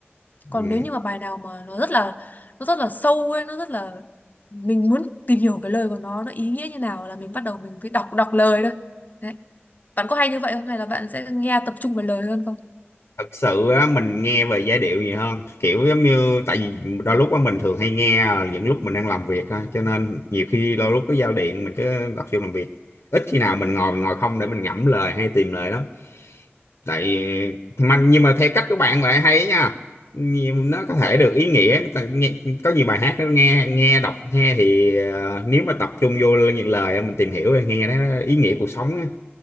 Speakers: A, on the left (about 80°); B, on the left (about 40°).
A: ừ.
B: còn nếu như mà bài nào mà nó rất là nó rất là sâu ấy nó rất là mình muốn tìm hiểu cái lời của nó nó ý nghĩa như nào là mình bắt đầu mình phải đọc đọc lời thôi đấy bạn có hay như vậy không hay là bạn sẽ nghe tập trung vào lời hơn không
A: thật sự á, mình nghe về giai điệu nhiều hơn kiểu giống như tại vì đôi lúc á, mình thường hay nghe ờ, những lúc mình đang làm việc thôi cho nên nhiều khi đôi lúc cái giao điện mình cứ tập trung làm việc ít khi nào mình ngồi mình ngồi không để mình ngẫm lời hay tìm lời lắm tại mà nhưng mà theo cách của bạn lại hay nha Nhiều- nó có thể được ý nghĩa Tại nghe, có nhiều bài hát nó nghe nghe đọc nghe thì ờ, nếu mà tập trung vô những lời mình tìm hiểu thì nghe nó ý nghĩa cuộc sống